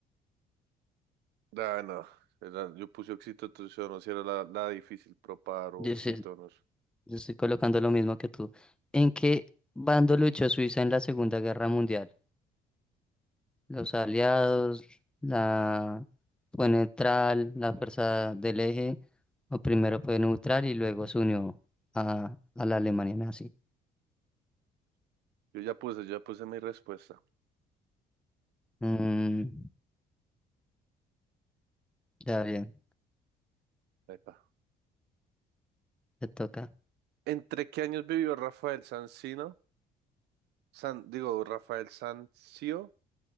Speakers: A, on the right (about 80°); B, in the centre.
A: Ah, no. era- yo puse oxítonos, era la, la difícil, pero paroxítonos.
B: Yo sé- yo estoy colocando lo mismo que tú. ¿En qué bando luchó Suiza en la Segunda Guerra Mundial? los aliados, la fue neutral, la fuerza del eje, o primero fue neutral y luego se unió a, a la Alemania nazi.
A: Yo ya puse, ya puse mi respuesta.
B: Mm, ya bien,
A: Epa.
B: te toca.
A: ¿Entre qué años vivió Rafael Sanzino? San, digo, Rafael Sanzio,